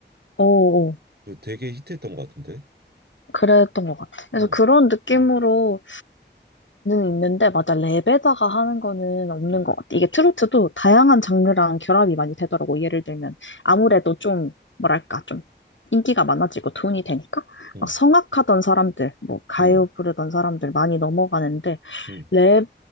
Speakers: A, on the left; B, on the right.
A: 어어.
B: 그 되게 히트했던 것 같은데.
A: 그랬던 것 같아. 그래서
B: 어,
A: 그런 느낌으로는 있는데, 맞아. 랩에다가 하는 거는 없는
B: 응,
A: 것 같아. 이게 트로트도 다양한 장르랑 결합이 많이 되더라고. 예를 들면, 아무래도 좀, 뭐랄까, 좀 인기가 많아지고 돈이 되니까,
B: 응,
A: 막 성악하던 사람들, 뭐, 가요
B: 응,
A: 부르던 사람들 많이 넘어가는데,
B: 응.
A: 랩